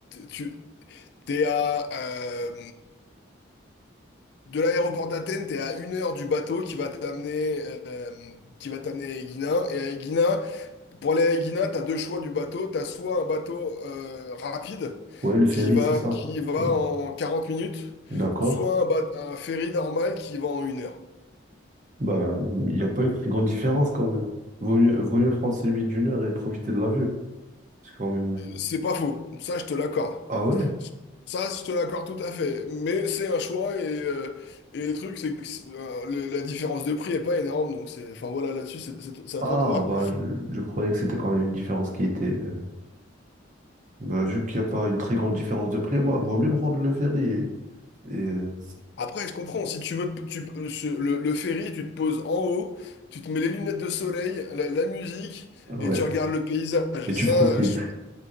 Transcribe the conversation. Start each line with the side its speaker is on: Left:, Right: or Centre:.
Left: tu, T'es à, euh, de l'aéroport d'Athènes, t'es à une heure du bateau qui va t'amener euh, qui va t'amener à Aegina. Et à Aegina, pour aller à Aegina, t'as deux choix du bateau. T'as soit un bateau euh, rapide
Right: Ouais, le ferry,
Left: qui va,
Right: c'est ça.
Left: qui va
Right: Ouais.
Left: en 40 minutes,
Right: D'accord.
Left: soit un, ba- un ferry normal qui va en une heure.
Right: Bah, mmh, il n'y a pas une très grande différence quand même. Vaut mieux, vaut mieux prendre celui d'une heure et profiter de la vue. C'est quand même. euh,
Left: C'est pas faux, ça je te l'accorde.
Right: Ah ouais?
Left: Ça, je te l'accorde tout à fait. Mais c'est un choix et, euh, et le truc, c'est que c'est- euh, le- la différence de prix est pas énorme. Donc, c'est, enfin voilà, là-dessus, c'est c'est- c'est à
Right: Ah
Left: toi de voir.
Right: bah je, je croyais que c'était quand même une différence qui était. euh, Bah vu qu'il n'y a pas une très grande différence de prix, bah vaut mieux prendre le ferry. Et, et, euh,
Left: Après, je comprends, si tu veux, tu- tu- le, le ferry, tu te poses en haut, tu te mets les lunettes de soleil, la, la musique,
Right: ouais.
Left: et tu regardes le paysage.
Right: Et
Left: Ça,
Right: tu profites.
Left: je, suis